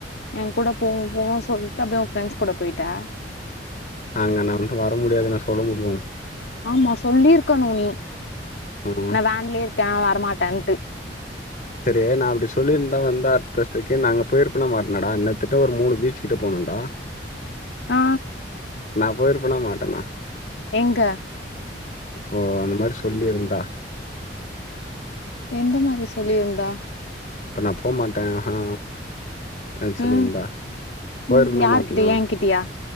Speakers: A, on the left (about 75°); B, on the left (about 50°).
A: ஏ கூட போனு போனூ சொல்லிட்டு அப்டியே உ ஃப்ரெண்ட்ஸ் கூட போய்டிட்டா
B: அங்க நா வந்து வர முடியாதுன்னா சொல்ல முடியு
A: ஆமா சொல்லி இருக்கனும் நீ
B: ஆ
A: நா வேன்லயே இருக்கே வரமாட்டேன்ட்டு
B: செரியே நா அப்டி சொல்லிருந்தா வந்தா அடுத்த செகண்ட் நாங்க போயிருப்ப கமாட்னாடா என்ன கட்டத்தட்ட ஒரு மூனு பீச் கிட்ட போனும்டா
A: ஆ
B: நா போயிருப்பேனா மாட்டேனா
A: எங்க
B: இப்போ அந்த மாரி சொல்லி இருந்தா
A: எந்த மாரி சொல்லி இருந்தா
B: இப்ப நா போமாட்டே ஆஹா அ சொல்லி
A: ம்
B: இருந்தா போயிருப்பேனா
A: ம் யார்கிட்ட
B: மாட்டனா
A: ஏங்கிட்டயா